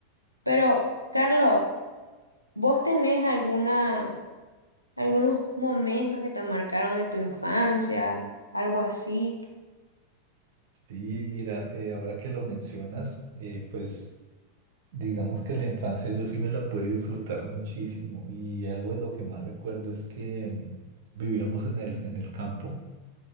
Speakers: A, on the left; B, on the right.
A: Pero Carlos, ¿vos tenés alguna, algunos momentos que te marcaron de tu infancia, algo así?
B: Sí, mira, eh, ahora que lo mencionas, eh, pues digamos que la infancia yo sí me la pude disfrutar muchísimo y algo de lo que más recuerdo es que mm, vivíamos en el, en el campo.